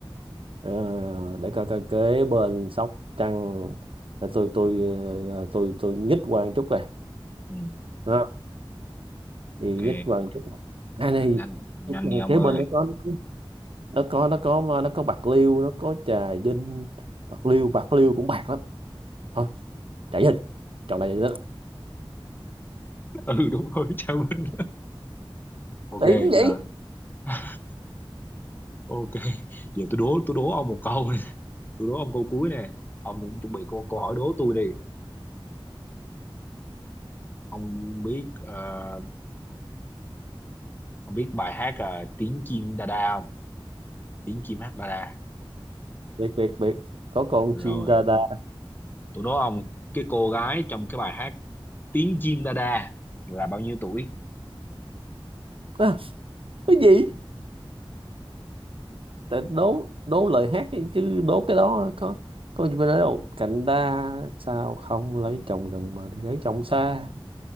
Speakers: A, on the right; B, on the left.
A: Ờ, để coi coi kế bên sóc trăng là tôi tôi ờ, tôi tôi nhích qua một chút về
B: ừ
A: đó thì
B: ok
A: nhích qua một chút à này
B: nhanh nhanh đi ông
A: kế
B: ơi
A: bên nó có nó có nó có nó có bạc liêu nó có trà vinh bạc liêu bạc liêu cũng bạc lắm thôi chạy hình chọn đại vậy đó
B: <laughs> ừ đúng rồi <laughs> chào Vinh ok
A: tỷ cũng vậy
B: giờ <laughs> ok giờ tôi đố tôi đố ông một câu <laughs> tôi đố ông câu cuối nè ông cũng chuẩn bị câu câu hỏi đố tôi đi ông biết ờ, ông biết bài hát ờ, tiếng chim đa đa không tiếng chim hát đa đa
A: biệt biệt biệt có con
B: rồi
A: chim đa đa
B: tôi đố ông cái cô gái trong cái bài hát tiếng chim đa đa là bao nhiêu tuổi
A: à, cái gì tại đố đố lời hát đi, chứ đố cái đó có có gì mà nói đâu cạnh ta sao không lấy chồng gần mà đi lấy chồng xa